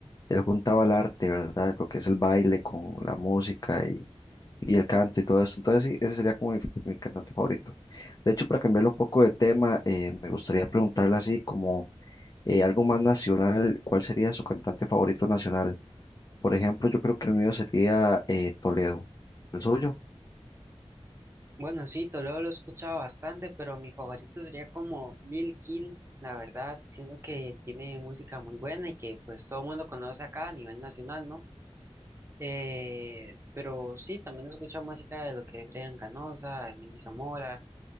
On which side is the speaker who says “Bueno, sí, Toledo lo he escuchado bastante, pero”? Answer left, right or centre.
Right